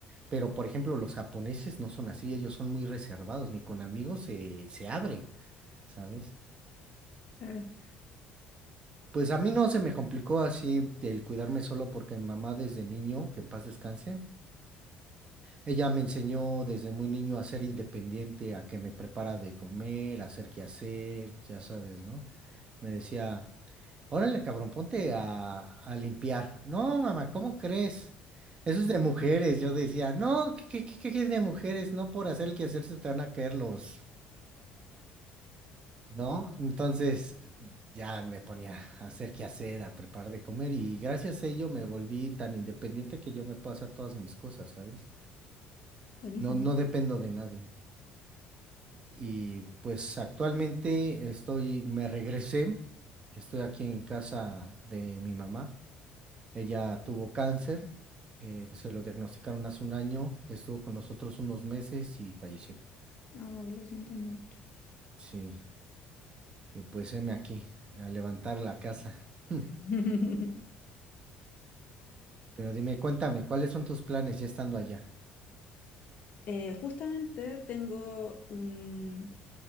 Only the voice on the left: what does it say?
Claro,
buenísimo.
Oh, lo siento mucho.
<laughs>
Eh, justamente tengo un,